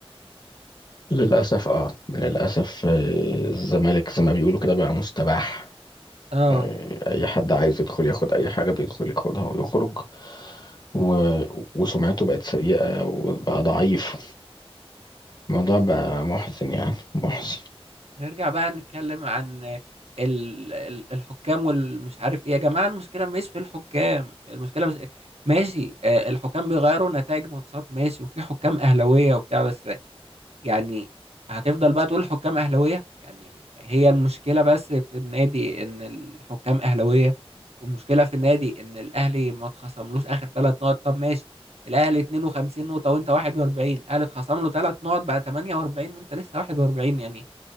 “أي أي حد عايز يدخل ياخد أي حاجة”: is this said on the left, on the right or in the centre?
Left